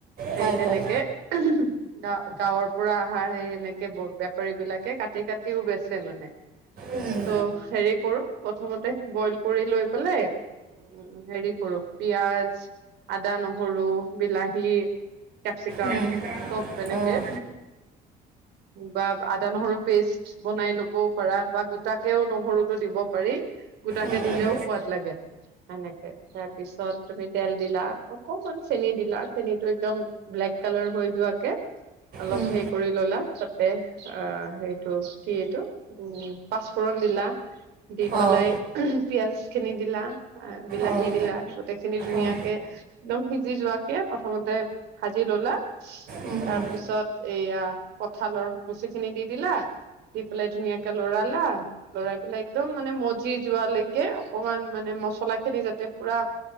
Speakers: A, on the right; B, on the right.
A: সেই
B: পায়
A: তেনেকে
B: পায়
A: গা গাঁৱৰ পৰা আহা এনেকে ব বে বেপাৰী বিলাকে কাটি কাটিও বেচে মানে,
B: উম,
A: ত' হেৰি কৰোঁ। প্ৰথমতে, বইল কৰি লৈ পেলাই উম, হেৰি কৰোঁ পিয়াঁজ, আদা, নহৰু, বিলাহী কেপচিকাম
B: উম,
A: চব এনেকে
B: অঁ
A: বা আদা, নহৰু পেষ্ট বনাই ল'বও পাৰা বা গোটাকেও নহৰুতো দিব পাৰি। গোটাকে
B: উম,
A: দিলেও
B: উম,
A: সোৱাদ লাগে এনেকে। তাৰপিছত, তুমি তেল দিলা, অকমান চেনী দিলা, চেনীটো একদম ব্লেক কালাৰ হৈ যোৱাকে অলপ
B: উম,
A: হেৰী কৰি ল'লা তাতে আঁ সেইটো কি এইটো, উম, পাঁচফোৰণ দিলা। দি পেলাই
B: অঁ
A: পিয়াঁজ খিনি দিলা। বিলাহী
B: অঁ
A: দিলা। গোটেইখিনি ধুনীয়াকে
B: অঁ
A: একদম সিজি যোৱাকে প্ৰথমতে, ভাজি ল'লা।
B: উম,
A: তাৰ
B: উম,
A: পিছত, এয়া কঁঠালৰ মুচি খিনি দি দিলা, দি পেলাই ধুনীয়াকে ল'ৰালা, ল'ৰাই পেলাই একদম মানে মজি যোৱালৈকে অকমান মানে মছলা খিনি যাতে পুৰা